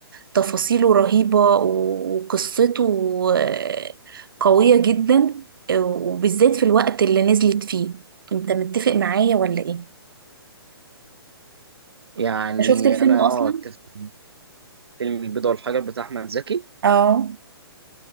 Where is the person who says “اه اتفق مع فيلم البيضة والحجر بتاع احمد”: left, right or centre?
Right